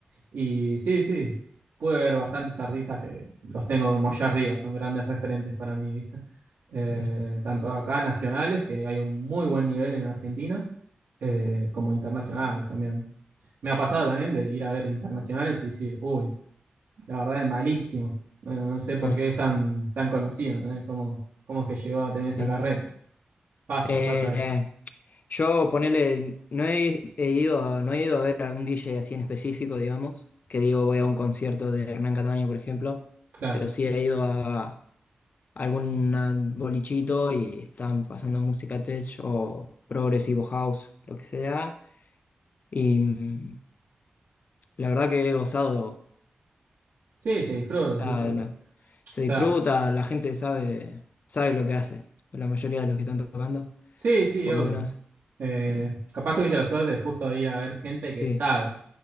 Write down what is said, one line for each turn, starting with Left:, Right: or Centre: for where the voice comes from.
Right: Y sí, sí, pude ver bastantes artistas que los tengo como allá arriba, son grandes referentes para mí, ¿viste? Eh,
Left: bien.
Right: tanto acá nacionales, que hay un muy buen nivel en Argentina, eh, como internacionales también. Me ha pasado también de ir a ver internacionales y decir, uy, la verdad es malísimo. No, no sé por
Left: Ah,
Right: qué es tan, tan conocido, ¿entendés? ¿Cómo, cómo es que llegó a tener
Left: sí.
Right: esa carrera? Pasa,
Left: Eh,
Right: pasa eso.
Left: Yo ponele, no he, he ido a, no he ido a ver a un DJ así en específico, digamos, que digo voy a un concierto de Hernán Cataño, por ejemplo,
Right: Claro.
Left: pero sí he ido a algún ah, bolichito y están pasando música tech o progresivo house, lo que sea, y mm, la verdad que he gozado,
Right: Sí, se disfruta, se
Left: ah,
Right: disfruta.
Left: no,
Right: O
Left: se
Right: sea,
Left: disfruta, la gente sabe, sabe lo que hace, la mayoría de los que están tocando,
Right: sí, sí,
Left: por
Right: obvio.
Left: lo menos,
Right: Eh,
Left: eh,
Right: capaz tuviste la suerte de justo de ir a ver gente
Left: sí.
Right: que sabe.